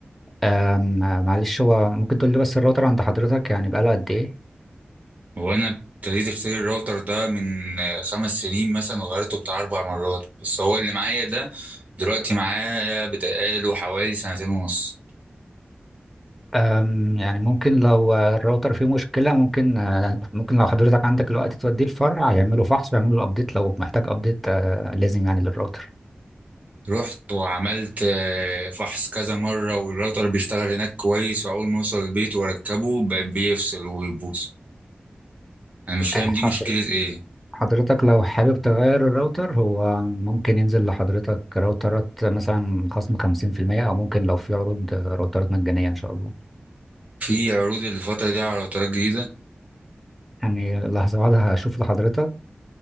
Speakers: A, in the centre; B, on the right.
A: أم، آه، معلش هو ممكن تقول لي بس الراوتر عند حضرتك يعني بقاله قد ايه
B: وانا ابتديت اشتري الراوتر ده من آه، خمس سنين مثلا وغيرته بتاع اربع مرات بس هو اللي معايا ده دلوقتي معايا بتقاله حوالي سنتين ونص
A: أم، يعني ممكن لو الراوتر فيه مشكلة ممكن آه، ممكن لو حضرتك عندك الوقت توديه الفرع يعملوا فحص ويعملوا له ابديت لو محتاج ابديت لازم يعني للراوتر
B: رحت وعملت آه، فحص كذا مرة والراوتر بيشتغل هناك كويس وأول ما أوصل البيت وأركبه ب- بيفصل وبيبوظ أنا مش فاهم
A: آه،
B: دي
A: حضرتك
B: مشكلة إيه
A: حضرتك لو حابب تغير الراوتر هو ممكن ينزل لحضرتك راوترات مثلا خصم 50% أو ممكن لو في عروض راوترات مجانية إن شاء الله
B: في عروض الفترة دي على راوترات جديدة
A: يعني لحظة واحدة هشوف لحضرتك